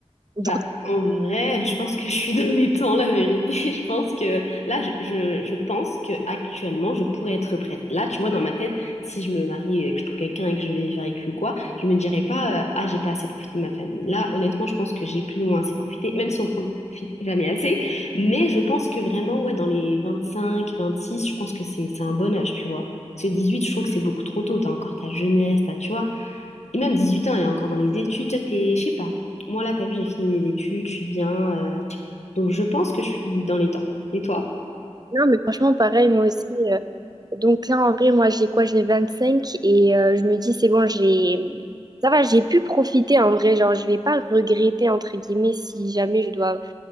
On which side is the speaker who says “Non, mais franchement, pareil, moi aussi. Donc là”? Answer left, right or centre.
Right